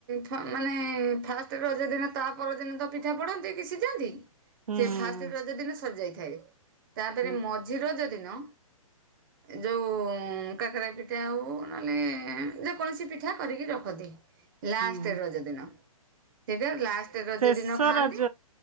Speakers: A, on the right; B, on the right.
A: ହଁ ମାନେ ଫାଷ୍ଟ ରଜ ଦିନ ତା ପରଦିନ ତ ପିଠା ପଢନ୍ତି କି ସିଝାନ୍ତି।
B: ହୁଁ
A: ସେ
B: ହୁଁ ହୁଁ
A: ଫାଷ୍ଟ ରଜ ଦିନ ସରିଯାଇଥାଏ ତାପରେ
B: ହୁଁ
A: ମଝି ରଜ ଦିନ ଯୋଉ କାକରା ପିଠା ହୋଉ ନହେଲେ ଯେକୌଣସି ପିଠା କରିକି ରଖନ୍ତି। ଲାଷ୍ଟ
B: ହୁଁ ହୁଁ
A: ରଜ ଦିନ। ସେଇଟା ଲାଷ୍ଟ ରଜ
B: ଶେଷ
A: ଦିନ ଖାଆନ୍ତି
B: ରଜ